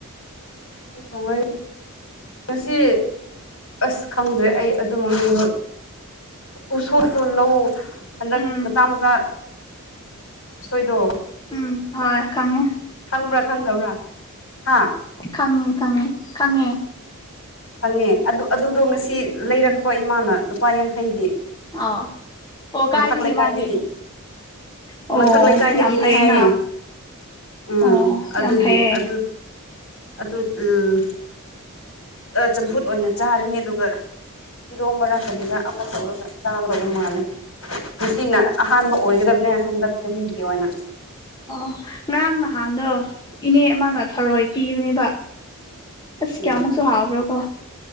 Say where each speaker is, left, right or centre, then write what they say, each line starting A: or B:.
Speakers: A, on the left; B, on the left.
A: ꯑꯩ ꯊꯣꯡꯉꯣꯢ ꯉꯁꯤ ꯑꯁ ꯑꯩ ꯈꯪꯗ꯭ꯔꯦ ꯑꯩ ꯑꯗꯨ ꯃꯃꯤꯡꯗꯣ ꯎꯁꯣꯢꯁꯨ ꯂꯧ ꯍꯟꯗꯛ
B: ꯎꯝ
A: ꯃꯆꯥ ꯃꯆꯥ ꯎꯁꯣꯏꯗꯣ
B: ꯎꯝ ꯍꯣꯏ ꯈꯪꯉꯦ
A: ꯈꯪꯕ꯭ꯔꯥ ꯈꯪꯗꯕ꯭ꯔꯥ ꯍꯥ
B: ꯈꯪꯉꯦ ꯈꯪꯉꯦ ꯈꯪꯉꯦ
A: ꯈꯪꯉꯦ ꯑꯗꯨ ꯑꯗꯨꯗꯣ ꯉꯁꯤ ꯂꯩꯔꯛꯄ
B: ꯎꯝ
A: ꯏꯃꯥꯅ ꯂꯨꯄꯥ ꯌꯥꯡꯈꯩꯒꯤ
B: ꯑꯣ ꯑꯣ
A: ꯃꯥꯊꯛ
B: ꯀꯥꯏꯗꯒꯤ
A: ꯂꯩꯀꯥꯏꯗꯒꯤ
B: ꯃꯥꯗꯤ ꯑꯣ
A: ꯃꯥꯊꯛ ꯂꯩꯀꯥꯏꯗꯒꯤꯅꯦ
B: ꯌꯥꯝ ꯐꯩꯌꯦꯅ
A: ꯍꯥꯏꯌꯦ ꯎꯝ
B: ꯑꯣ
A: ꯑꯗꯨꯒꯤ
B: ꯌꯥꯝ ꯐꯩꯌꯦ
A: ꯑꯗꯨ ꯑꯗꯨ ꯎꯜ ꯑꯥ ꯆꯝꯐꯨꯠ ꯑꯣꯏꯅ ꯆꯥꯔꯅꯤ ꯑꯗꯨꯒ ꯏꯔꯣꯝꯕꯔꯥ ꯀꯔꯤꯔ ꯑꯃ ꯇꯧꯔꯒ ꯆꯥꯒꯗꯧꯕ ꯃꯥꯜꯂꯦ ꯉꯁꯤꯅ ꯑꯍꯥꯟꯕ ꯑꯣꯏꯒꯗꯕꯅꯦ ꯍꯟꯗꯛ ꯆꯍꯤꯒꯤ ꯑꯣꯏꯅ
B: ꯑꯣ ꯉꯔꯥꯡ ꯅꯍꯥꯟꯗꯣ ꯏꯅꯦ ꯑꯃꯅ ꯊꯔꯣꯏ ꯄꯤꯕꯅꯦꯕ ꯑꯁ
A: ꯎꯝ
B: ꯀꯌꯥꯃꯨꯛꯁꯨ ꯍꯥꯎꯒ꯭ꯔꯥꯕ